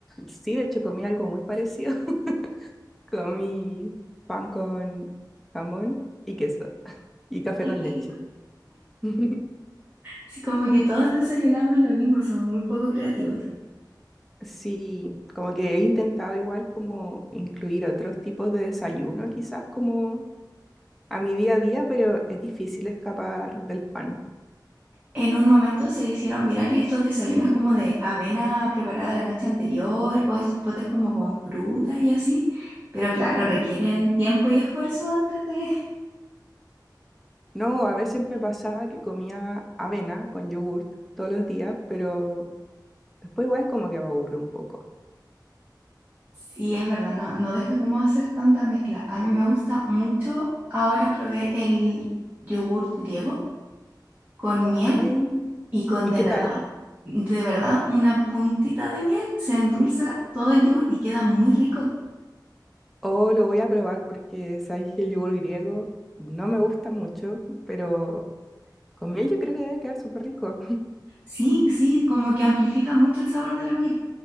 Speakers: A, in the centre; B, on the right.
A: sí, de hecho comí algo muy parecido. <laughs> Comí pan con jamón y queso <laughs> y café
B: Ay,
A: con
B: qué
A: leche.
B: rico.
A: <laughs>
B: sí como que todos desayunamos lo mismo, somos muy poco creativos.
A: Sí, como que he intentado igual como incluir otros tipos de desayuno quizás como a mi día a día, pero es difícil escapar del pan.
B: En un momento se hicieron virales estos desayunos como de avena preparada la noche anterior o estos potes como con fruta y así, pero claro, requieren tiempo y esfuerzo antes de... <laughs>
A: No, a veces me pasaba que comía avena con yogurt todos los días, pero después igual como que me aburrió un poco.
B: Sí, es verdad, no, no deja como hacer tanta mezcla. A mí me gusta mucho, ahora probé el yogurt griego con miel
A: Ay,
B: y con
A: ¿y
B: de
A: qué
B: verdad,
A: tal?
B: de verdad, una puntita de miel se endulza todo el yogurt y queda muy rico.
A: O lo voy a probar porque sabéis que el yogur griego no me gusta mucho, pero con miel yo creo que debe quedar súper rico.
B: Sí, sí, como que amplifica mucho el sabor de la miel.